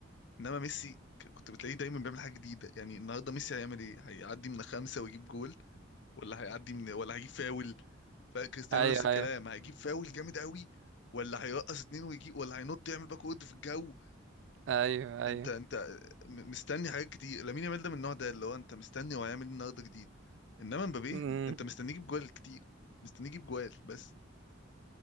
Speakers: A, on the left; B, on the right.
A: انما ميسي ك- كنت بتلاقيه دايما بيعمل حاجه جديده يعني النهارده ميسي هيعمل ايه هيعدي من خمسه ويجيب جول ولا هيعدي من ولا هيجيب فاول فكريستيانو
B: ايوه
A: نفس الكلام
B: ايوه
A: هيجيب فاول جامد قوي ولا هيرقص اتنين ويجيب ولا هينط يعمل باك وورد في الجو
B: ايوه
A: انت انت م- مستني حاجات كتير لامين يامال ده من النوع ده اللي هو انت مستني هو هيعمل ايه النهارده جديد انما مبابي
B: ايوه
A: انت مستنيه يجيب جوال كتير مستنيه يجيب جوال بس